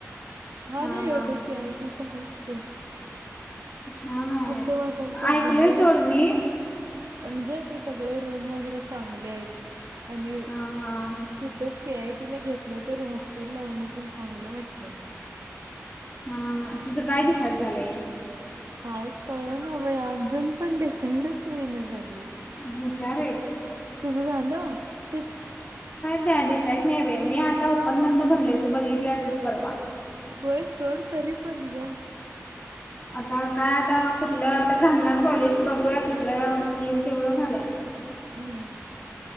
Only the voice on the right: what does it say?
छान
आहे
होतं के आय टीचं हॉस्टेल.
असं वाटाल तर
घ्यावं
म्हणजे अस सगळं रूम वगैरे चांगले आहेत आणि.
तिथंच के आय टी ला घेतलं तर हॉस्टेल लावण पण चांगलं वाटलं म
काय कळ ना बाई अजून पण डिसाईडच महिना झालय.
तुझं झालं फिक्स.
होय सोड तरी पण ग.
हम्म हम्म हम्म